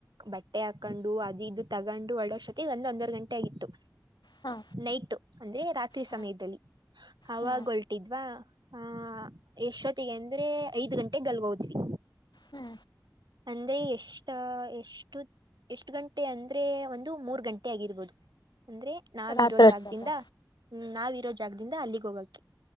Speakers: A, on the right; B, on the left.
A: ಬಟ್ಟೆ ಹಾಕೊಂಡು ಅದು ಇದು ತಗೊಂಡು ಒಳ್ಳ ವರ್ಷತ್ತ ಒಂದ ಒಂದವರ್ ಗಂಟೆ ಆಗಿತ್ತು
B: ಹಾ
A: ನೈಟ್ ಅಂದ್ರೆ ರಾತ್ರಿ
B: ಹಾ
A: ಸಮಯದಲ್ಲಿ ಅವವಾಗ
B: ಹಾ
A: ಹೊಲ್ಟಿದ್ವಾ ಹಾ ಯಶೊತ್ತಿಗೆ ಅಂದ್ರೆ ಐದ್ ಗಂಟೆಗೆ ಗಲ್ಗೋದ್ವಿ
B: ಹಾ
A: ಅಂದ್ರೆ ಎಷ್ಟ ಎಷ್ಟು ಎಷ್ಟು ಗಂಟೆ ಅಂದ್ರೆ ಒಂದು ಮೂರ್ ಗಂಟೆ ಆಗಿರ್ಬೋದು ಅಂದ್ರೆ ನಾವ್ರೋ
B: ರಾತ್ರಿ
A: ಜಾಗದಿಂದ
B: ಹೊತ್ತಲ್ಲ
A: ಹ್ಮ್ ನಾವ್ರೋ ಜಾಗದಿಂದ ಅಲ್ಲಿಗ್ ಹೋಗಕ್ಕೆ